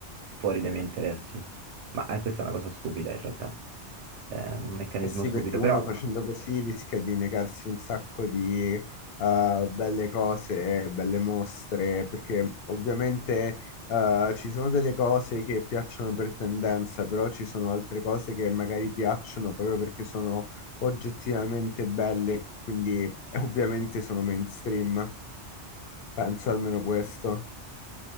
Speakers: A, on the right (about 85°); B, on the left (about 60°).
A: fuori dai miei interessi. Ma eh, questa è una cosa stupida in realtà, è un meccanismo
B: Eh sì,
A: stupido.
B: perché uno
A: Però,
B: facendo così rischia di negarsi un sacco di eh, belle cose, belle mostre, perché ovviamente eh, ci sono delle cose che piacciono per tendenza, però ci sono altre cose che magari piacciono proprio perché sono oggettivamente belle, quindi eh, ovviamente sono mainstream. Penso almeno questo.